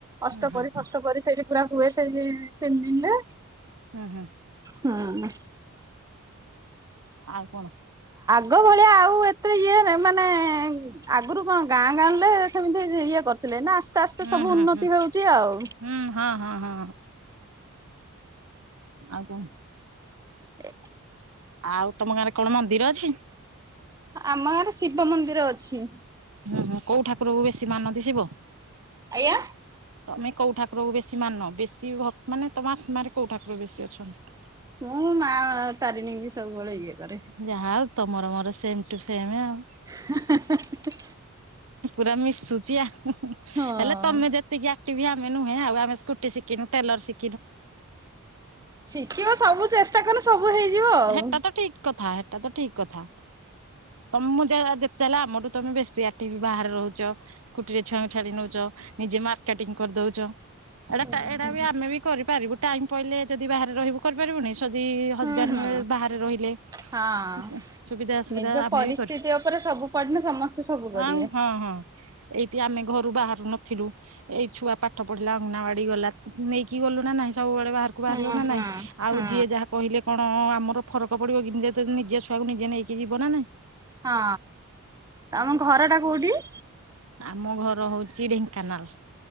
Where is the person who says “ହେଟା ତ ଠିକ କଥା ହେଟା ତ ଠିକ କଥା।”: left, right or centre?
Right